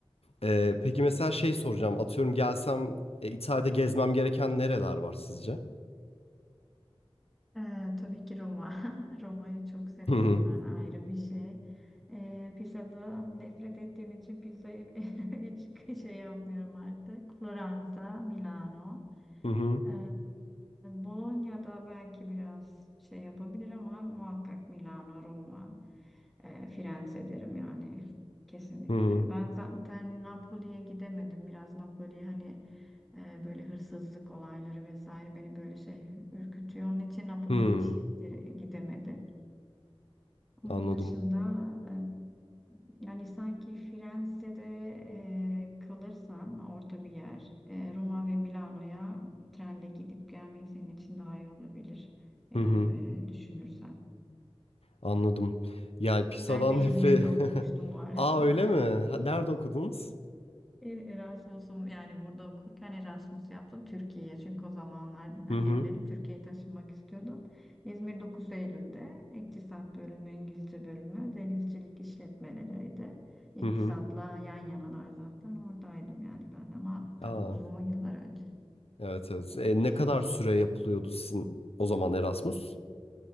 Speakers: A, on the left; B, in the centre.
A: E, peki mesela şey soracağım. Atıyorum gelsem e, İtalya'da gezmem gereken nereler var sizce?
B: Ee, tabii ki Roma. <laughs> Roma'yı çok seviyorum
A: Hı hı.
B: ben ayrı bir şey. Ee, pizzadan nefret ettiğim için pizzayı <laughs> hiç şey yapmıyorum artık. Floransa, Milano.
A: Hı hı.
B: Ee, Bologna'da belki biraz şey yapabilir ama muhakkak Milano, Roma, e, Firenze derim yani kesinlikle.
A: Hı hı.
B: Ben zaten Napoli'ye gidemedim. Biraz Napoli hani ee, böyle hırsızlık olayları vesaire beni böyle şey ürkütüyor. Onun için Napoli
A: Hı.
B: hiç gire- gidemedi. Onun
A: Anladım.
B: dışında e, yani sanki Firenze'de e, kalırsan orta bir yer e, Roma ve Milano'ya trenle gidip gelmek senin için daha iyi olabilir eğer
A: Hı hı.
B: e, düşünürsen.
A: Anladım. Yani PISA'dan
B: Ben de İzmir'de
A: nefret.
B: okumuştum
A: <laughs>
B: bu arada.
A: Aa öyle
B: <laughs>
A: mi? Ha, Nerede okudunuz?
B: E, Erasmus'um yani burada okurken Erasmus yaptım Türkiye'ye. Çünkü o zamanlar hani
A: Hı hı.
B: evlenip Türkiye'ye taşınmak istiyordum. İzmir dokuz Eylül'de İktisat bölümü, İngilizce bölümü, denizcilik işletmeleriydi. İktisatla
A: Hı hı.
B: yan yanalar zaten oradaydım yani ben de. ama
A: Aa
B: tabii uzun yıllar önce.
A: evet evet. E, ne kadar süre yapılıyordu sizin o zaman Erasmus?